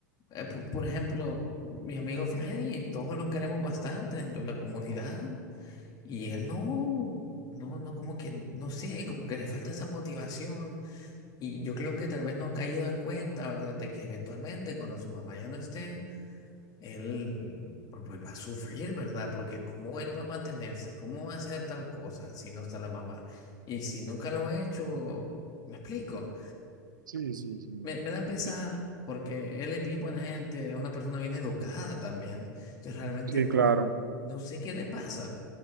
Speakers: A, on the left; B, on the right.
A: eh, p- por ejemplo, mi amigo Freddy, todos lo queremos bastante dentro de la comunidad y él no, no, no, como que, no sé, como que le falta esa motivación y yo creo que tal vez no ha caído en cuenta, ¿verdad? De que eventualmente cuando su mamá ya no esté, él pues, pues, va a sufrir, ¿verdad? Porque cómo él va a mantenerse, cómo va a hacer tal cosa si no está la mamá y si nunca lo ha hecho, ¿me explico?
B: Sí, sí, sí.
A: Me, me da pesar
B: Sí,
A: porque él es bien buena gente, es una persona bien educada también. Entonces realmente
B: Sí,
A: no,
B: claro.
A: no sé qué le pasa.